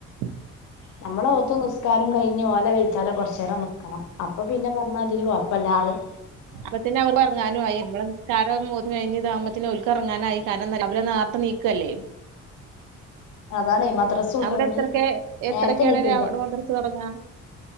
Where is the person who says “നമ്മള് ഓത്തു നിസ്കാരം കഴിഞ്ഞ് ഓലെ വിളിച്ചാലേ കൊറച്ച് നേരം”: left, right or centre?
Left